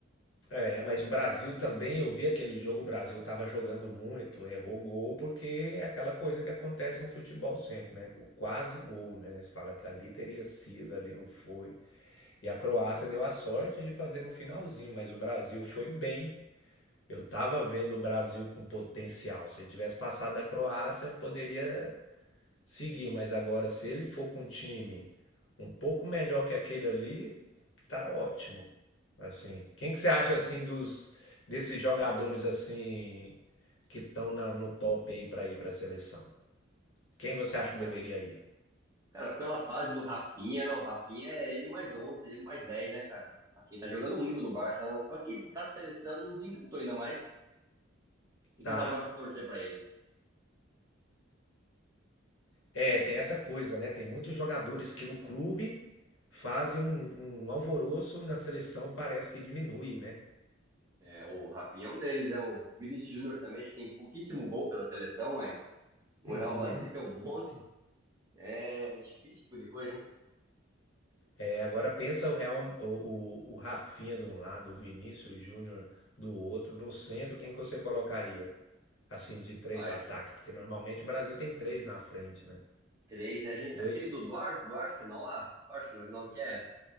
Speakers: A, on the left (about 90°); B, on the right (about 15°).
A: É, mas o Brasil também, eu vi aquele jogo, o Brasil estava jogando muito, errou gol, porque é aquela coisa que acontece no futebol sempre, né? O quase gol, né? Você fala que ali teria sido, ali não foi. E a Croácia deu a sorte de fazer no finalzinho, mas o Brasil
B: É.
A: foi bem. Eu estava vendo o Brasil com potencial. Se ele tivesse passado da Croácia, poderia Seguir, mas agora se ele for com um time um pouco melhor que aquele ali, tá ótimo. Assim, quem que você acha assim dos desses jogadores assim que estão no top aí para ir para a seleção? Quem você
B: Ah,
A: acha
B: cara.
A: que deveria ir?
B: Cara, pela fase do Rafinha, não. Rafinha é ele mais 11, ele mais 10, né, cara? Rafinha tá jogando muito no Barça, não. Só que da seleção não desencantou ainda mais. Tem
A: Tá.
B: que dar o braço a torcer pra ele.
A: É, tem essa coisa, né? Tem muitos jogadores que no clube fazem um, um alvoroço, na seleção parece que diminui, né?
B: É, o Rafinha é um deles, né? O Vinícius Júnior também, acho que tem pouquíssimo gol pela seleção, mas O
A: Uhum.
B: Real Madrid tem um monte. É difícil esse tipo de coisa, hein?
A: É, agora pensa o Real, o, o, o Rafinha de um lado, o Vinícius Júnior do outro, no centro, quem que você colocaria? Assim, de três
B: Mas
A: ataques, porque normalmente o Brasil tem três na frente, né?
B: três, né? A gente-
A: Doi-
B: Aquele do, do, Ar- do Arsenal lá. Arsenal, que nome que é?